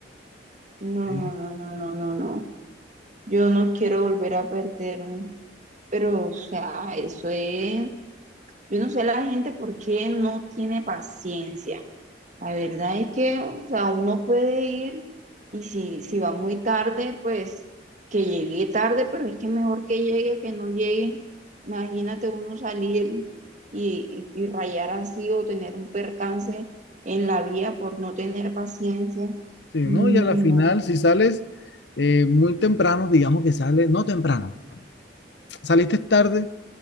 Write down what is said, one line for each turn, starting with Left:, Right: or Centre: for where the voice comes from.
Right: no,
Left: Sí,
Right: no, no, no, no, no. no. Yo no quiero volver a perderme. Pero, o sea, eso es... Yo no sé la gente por qué no tiene paciencia. La verdad es que, o sea, uno puede ir y si, si va muy tarde, pues que llegue tarde, pero es que mejor que llegue que no llegue. Imagínate uno salir y, y, y rayar así o tener un percance en la vía por no tener paciencia.
Left: sí, ¿no?
Right: Mm,
Left: Y a la final,
Right: No,
Left: si sales eh, muy temprano, digamos que sales, no temprano, saliste tarde,